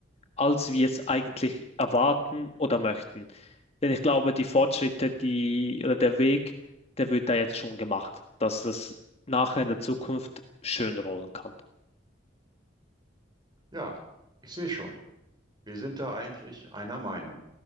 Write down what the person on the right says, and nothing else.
Ja, ich sehe schon. Wir sind da eigentlich einer Meinung.